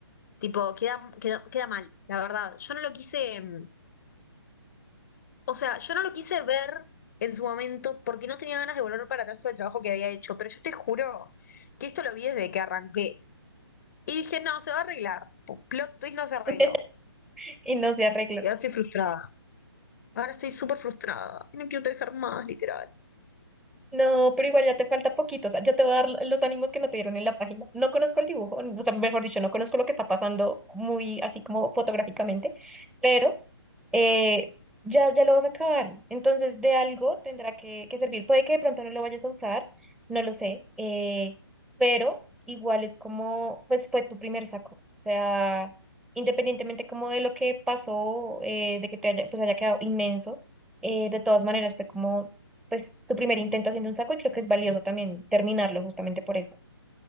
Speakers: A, on the left (about 40°); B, in the centre.
A: Tipo, queda, queda, queda mal, la verdad. Yo no lo quise, mm, o sea, yo no lo quise ver en su momento porque no tenía ganas de volver para atrás sobre el trabajo que había hecho, pero yo te juro que esto lo vi desde que arranqué. Y dije, no, se va a arreglar. Pum, Plot twist no se arregló.
B: <laughs> y no se arregló.
A: Y ahora estoy frustrada. Ahora estoy súper frustrada. No quiero trabajar más, literal.
B: No, pero igual ya te falta poquito. O sea, yo te voy a dar los ánimos que no te dieron en la página. No conozco el dibujo, o sea, mejor dicho, no conozco lo que está pasando muy así como fotográficamente, pero eh, ya, ya lo vas a acabar. Entonces, de algo tendrá que, que servir. Puede que de pronto no lo vayas a usar, no lo sé, eh, pero igual es como, pues fue tu primer saco. O sea, independientemente como de lo que pasó, eh, de que te haya, pues haya quedado inmenso, eh, de todas maneras fue como, pues tu primer intento haciendo un saco y creo que es valioso también terminarlo justamente por eso.